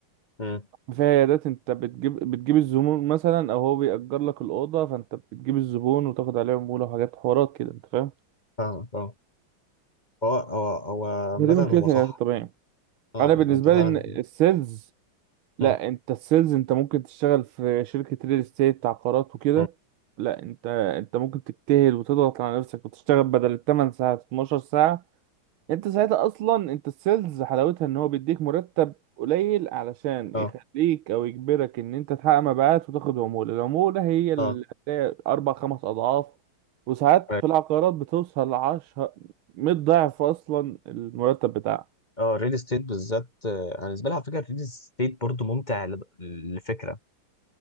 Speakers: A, on the left (about 25°); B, on the right (about 80°).
A: مم.
B: في عيادات انت بتجيب بتجيب الزبون مثلا او هو بيأجر لك الأوضة فانت بتجيب الزبون وتاخد عليه عمولة وحاجات حوارات كده انت فاهم
A: فاهمك اه هو هو هو عامة
B: دي مشكلة
A: هو
B: العلاج
A: صح
B: الطبيعي
A: اه
B: انا بالنسبة
A: يعني انت فعلا
B: لي ان السيلز لا
A: مم.
B: انت السيلز انت ممكن تشتغل في شركة ريل استيت عقارات وكده
A: مم.
B: لا انت انت ممكن تجتهد وتضغط على نفسك وتشتغل بدل التمن ساعات 12 ساعة انت ساعتها اصلا انت السيلز حلاوتها ان هو بيديك مرتب قليل علشان
A: اه
B: يخليك او يجبرك ان انت تحقق مبيعات وتاخد عمولة العمولة هي اللي
A: اه
B: هتلاقي اربع خمس اضعاف وساعات
A: right.
B: في العقارات بتوصل لعشرة 100 ضعف اصلا المرتب بتاعك
A: اه الريل استيت بالذات آه، انا بالنسبه لي على فكره الريل استيت برضو ممتع ل- لفكره